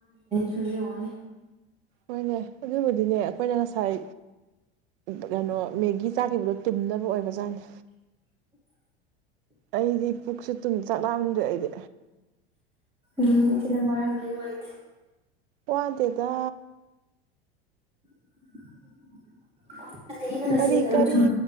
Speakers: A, on the right; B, on the right.
A: ꯆꯨꯔꯤ ꯍꯣꯡꯒꯅꯤ
B: ꯍꯣꯏꯅꯦ ꯑꯗꯨꯕꯨꯗꯤꯅꯦ ꯑꯩꯈꯣꯏꯅ ꯉꯁꯥꯏ ꯀꯩꯅꯣ ꯃꯦꯒꯤ ꯆꯥꯈꯤꯕꯗꯣ ꯇꯨꯝꯅꯕ ꯑꯣꯏꯕ ꯖꯥꯠꯅꯤ ꯑꯩꯗꯤ ꯄꯨꯛꯁꯨ ꯑꯗꯨꯨꯝ ꯆꯥꯛ ꯂꯥꯝ ꯑꯗꯨ ꯑꯩꯗꯤ
A: ꯎꯝ ꯏꯆ‌ꯦ ꯅꯪ ꯋꯥꯔꯝꯃꯅꯤ ꯅꯨꯡꯉꯥꯏꯇ‌ꯦ
B: ꯋꯥꯗ‌ꯦꯗ
A: <unintelligible> ꯉꯁꯤꯒ
B: ꯀꯔꯤ
A: ꯇꯔꯨꯛ
B: ꯀꯔꯤ
A: ꯁꯨꯔꯦ